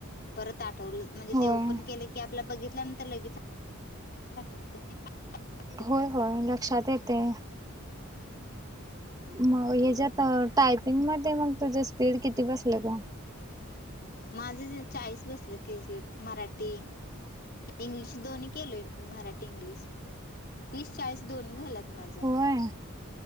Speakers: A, on the left (about 45°); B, on the right (about 20°).
A: परत आठवलं म्हणजे
B: होय.
A: ते ओपन केले की आपल्या बघितल्यानंतर लगेच <unintelligible>
B: होय होय, लक्षात येते. मगं
A: आठव
B: ह्यांच्यात टायपिंग मध्यें मंग तुझं स्पीडं किती बसलं गं
A: माझं जे चाळीस बसलं क्रिकेट मराठी इंग्लिश दोन्ही केलोय मराठी इंग्लिश तीस चाळीस दोन्ही झाल्यांत माझंयातं
B: होयं